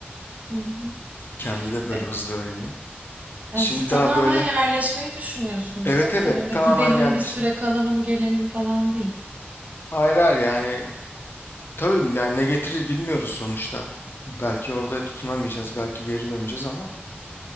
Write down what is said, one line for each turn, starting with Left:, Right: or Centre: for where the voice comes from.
Right: Hı hı.
Left: Kendi de böyle
Right: E,
Left: hızlı öğreniyor.
Right: yani
Left: Şimdi
Right: siz tamamen
Left: daha böyle
Right: yerleşmeyi düşünüyorsunuz,
Left: Evet
Right: değil
Left: evet
Right: mi? Hani öyle
Left: tamamen
Right: gidelim
Left: yerleşme.
Right: bir süre kalalım gelelim falan değil.
Left: Hayır hayır yani tabii yani ne getirir bilmiyoruz sonuçta. Belki orada tutunamayacağız, belki geri döneceğiz ama